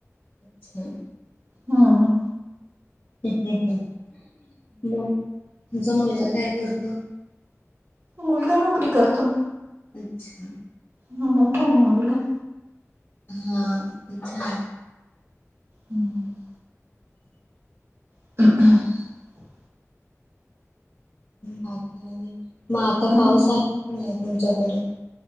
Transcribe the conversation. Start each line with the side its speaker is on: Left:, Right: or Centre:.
Left: अच्छा
Right: ह ह
Left: ह मग तुमचा मुलगा काय करतो?
Right: मुलगा नोकरी करतो.
Left: अच्छा
Right: हम् मोठा आहे मुलगा.
Left: हा अच्छा
Right: हम्म हम <unintelligible>
Left: बाकी आणि म आता
Right: हम्म.
Left: पाऊस आहे की नाही तुमच्याकडे?